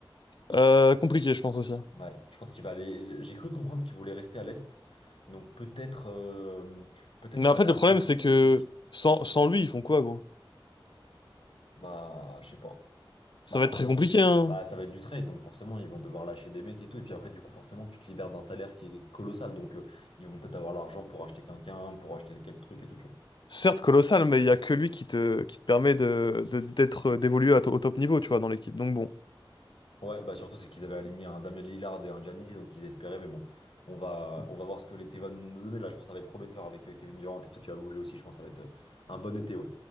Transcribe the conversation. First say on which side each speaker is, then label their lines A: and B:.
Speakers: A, on the left (about 60°); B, on the left (about 80°).
A: Euh, compliqué, je pense aussi.
B: Ouais, je pense qu'il va aller. J'ai j'ai cru comprendre qu'il voulait rester à l'Est. Donc peut-être euh, peut-être
A: Mais en
B: aller
A: fait,
B: à
A: le problème,
B: Brooklyn
A: c'est que
B: ou je sais,
A: sans, sans lui, ils font quoi, gros?
B: bah je sais pas.
A: Ça
B: Bah
A: va
B: forcément
A: être très compliqué,
B: tu-
A: hein.
B: bah ça va être du trade donc forcément ils vont devoir lâcher des mecs et tout et puis après du coup forcément tu te libères d'un salaire qui est colossal donc euh, ils vont peut-être avoir l'argent pour acheter quelqu'un, pour acheter quel truc et tout tu
A: Certes colossal, mais il y a que lui qui te, qui te permet de, de- d'être, d'évoluer à to- au top niveau, tu vois, dans l'équipe. Donc bon,
B: vois. Ouais, bah surtout c'est qu'ils avaient aligné un Damien Lillard et un Giannis donc ils espéraient mais bon, on va on va voir ce que l'été va nous donner là, je pense que ça va être prometteur avec euh, Kevin Durant et tout qui va bouger aussi, je pense que ça va être euh, un bon été ouais.